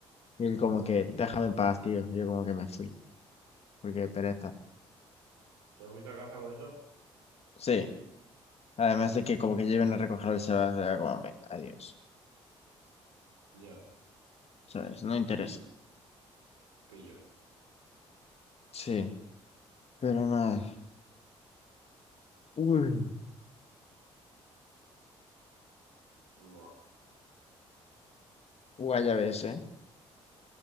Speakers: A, on the left; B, on the right.
A: Y él como que, déjame en paz, tío. Y yo como que me fui, porque pereza.
B: ¿Te fuiste a casa por eso?
A: Sí, además de que como que lleven a recoger el Sebas, era como, venga, adiós.
B: Ya,
A: ¿Sabes? No interesa.
B: pillo.
A: Sí, pero nada. Uy,
B: No.
A: guay, ya ves, ¿eh?